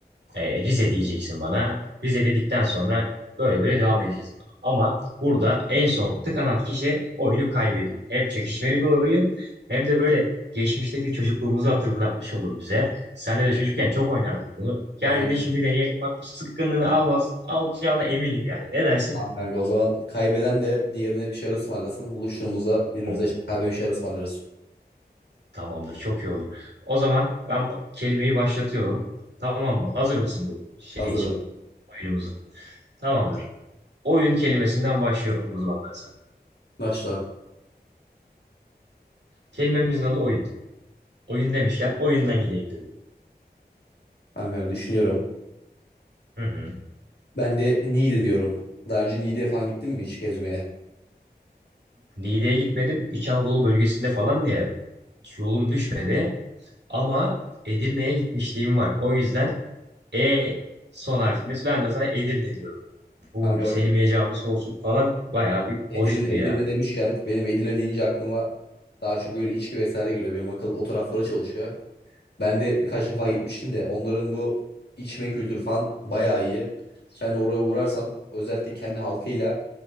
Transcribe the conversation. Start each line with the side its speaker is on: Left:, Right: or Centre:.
Right: e, Rize diyeceksin bana. Rize dedikten sonra böyle böyle devam edeceğiz. Ama burada en son tıkanan kişi oyunu kaybediyor. Hem çekişmeli bir oyun hem de böyle geçmişteki çocukluğumuzu hatırlatmış olur bize. Senle de çocukken çok oynardık bunu. Gel
Left: Aynen.
Right: bir de şimdi deneyelim. Bak bu sıkkınlığını almaz. Alacağına eminim yani. Ne dersin?
Left: Tamam kanka o zaman kaybeden de diğerine bir şeyler ısmarlasın. Buluştuğumuzda birbirimize
Right: Oo,
Left: kahve bir şeyler ısmarlarız.
Right: tamamdır çok iyi olur. O zaman ben bu kelimeyi başlatıyorum. Tamam mı? Hazır mısın bu şey
Left: Hazırım.
Right: için? Oyunumuza. Tamamdır. Oyun kelimesinden başlıyorum o zaman ben sana.
Left: Başla.
Right: Kelimemizin adı oyun. Oyun demişken oyundan gideyim dedim.
Left: Kanka düşünüyorum.
Right: Hı hı.
Left: Ben de Niğde diyorum. Daha önce Niğde'ye falan gittin mi hiç gezmeye?
Right: Niğde'ye gitmedim. İç Anadolu bölgesinde falan ya hiç yolum düşmedi. Ama Edirne'ye gitmişliğim var. O yüzden E son harfimiz. Ben de sana Edirne diyorum. Bu
Left: Kanka
Right: Selimiye
Left: bak.
Right: Camisi olsun falan bayağı bir
Left: Edirne,
Right: hoştu
Left: Edirne
Right: ya.
Left: demişken benim Edirne deyince aklıma daha çok böyle içki vesaire geliyor. Benim akıl o taraflara çalışıyor. Ben de birkaç defa gitmiştim de onların bu içme kültürü falan bayağı iyi. Sen de oraya uğrarsan özellikle kendi halkıyla